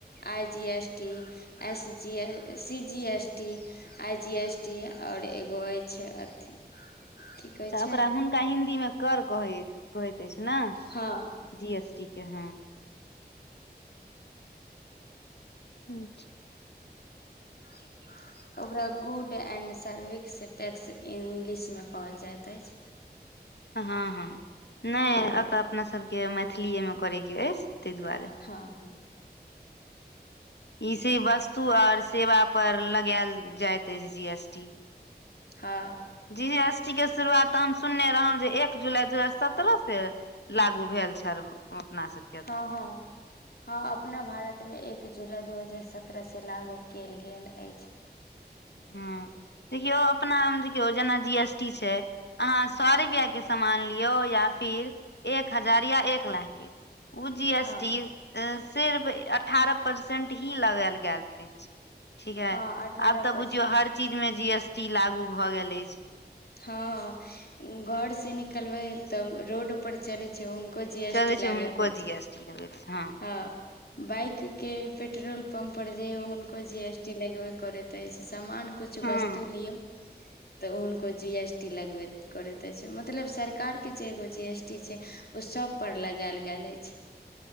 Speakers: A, on the left; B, on the left.
A: I G S T S G A C G S T I G S T आओर एगो अछि अथ की कहै
B: चा
A: छै
B: ओकरा हुनका हिन्दीमे कर कहै हैऽ। कहैत अछि नऽ
A: हँ
B: जी एस टी के हँ। अच्छा
A: <unintelligible> ओकरा गुड एंड सर्विस टैक्स इंग्लिशमे कहल जाइत अछि।
B: हँ हँ नै एतऽ अपना सबके मैथिलीएमे करैके अछि तै दुआरे।
A: हँ हँ
B: ई <unintelligible> वस्तु और सेवा पर लगायल जाइत अछि जी एस टी।
A: हँ
B: जी एस टी के शुरुआत तऽ हम सुनने रहौं जे एक जुलाई दू हजार सत्रह से लागू भेल छैल अपना सब
A: हँ हँ हँ अपना भारतमे एक जुलाइ दू हजार सत्रहसँ लागू केल गेल अछ
B: हँ देखियौ अपनामे देखियौ जेना जी एस टी छै अहाँ सौ रुपआ के सामान लियौ या फिर एक हजार या एक लाख केँ ओ जी एस
A: हँ
B: टी सिर्फ अठारह परसेंट ही लगेल गेल अछै ठीक हैऽ
A: हँ अठारह
B: आब तऽ
A: परसेंट
B: बुझियौ हर चीज मे जी एस टी लागू भऽ गेल अछि
A: हँ घर से निकलबै तब रोड पर चले छै हुनको जी एस
B: चलै
A: टी लागैत
B: छै हुनको
A: अछि
B: जी एस टी लगैत
A: <inaudible>
B: छै
A: हँ बाइक केँ पेट्रोल पंप पर जयौ हुनको जी एस टी लगबै करैत अइछ समान कुछ वस्तु
B: हँ
A: लिऔ <inaudible> तऽ हुनको जी एस टी लगबेत करैत अछि मतलब सरकार केँ जे एगो जी एस टी छै ओ सभपर लगायल गैल ऐछ